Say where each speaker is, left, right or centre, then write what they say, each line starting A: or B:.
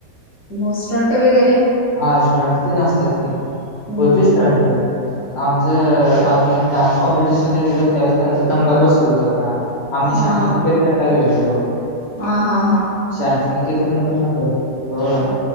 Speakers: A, on the left; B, on the left.
A: म स्टंट वगैरे?
B: हा स्टंट ते असत्यात की.
A: हम्म
B: होते स्टंट पण. आमचं आम्ही डान्स कॉम्पिटिशनला गेलो. त्यावेळेस त्यांचा नंबर बसत होता का. आम्ही शांतनिकेतनला
A: हा
B: गेल्यालो.
A: हा हा हा
B: शांतनिकेतन मध्ये नंबर होय.